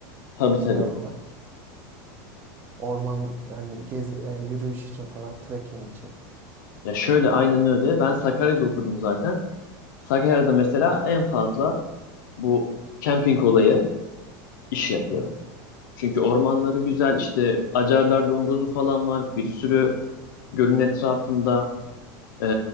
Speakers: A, on the left; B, on the right.
A: tabii
B: Şey
A: tabii.
B: olarak. Orman yani gez e, yürüyüş için falan trekking için.
A: Ya şöyle aynen öyle. Ben Sakarya'da okudum zaten. Sakarya'da mesela en fazla bu camping olayı iş yapıyor.
B: Hı hı.
A: Çünkü ormanları güzel işte Acarlar Longozu falan var. Bir sürü gölün etrafında e,